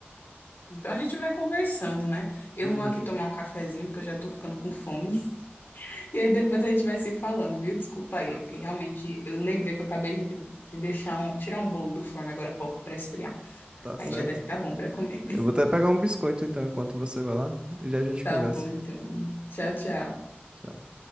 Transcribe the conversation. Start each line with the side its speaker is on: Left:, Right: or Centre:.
Left: Então a gente vai conversando, né? Eu
Right: uhum,
Left: vou aqui tomar um cafezinho, porque eu já tô ficando com fome. E aí depois a gente vai se falando, viu? Desculpa aí,
Right: eu
Left: é porque
Right: t-
Left: realmente eu lembrei que eu acabei de, de deixar um, tirar um bolo do forno agora há pouco para esfriar.
Right: tá
Left: Aí
Right: certo.
Left: já deve estar bom para comer.
Right: Eu
Left: <laughs>
Right: vou até pegar um biscoito então, enquanto você vai lá, e já a gente
Left: Tá
Right: conversa.
Left: bom, então. Tchau, tchau.
Right: Tchau.